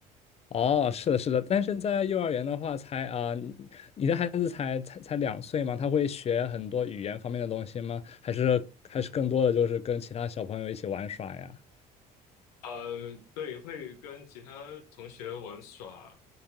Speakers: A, on the left; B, on the left.
A: 哦，是的，是的，但是在幼儿园的话才，啊、你你的孩子才才才两岁嘛，他会学很多语言方面的东西吗？还是还是更多的就是跟其他小朋友一起玩耍呀？
B: 呃，对，会跟其他同学玩耍，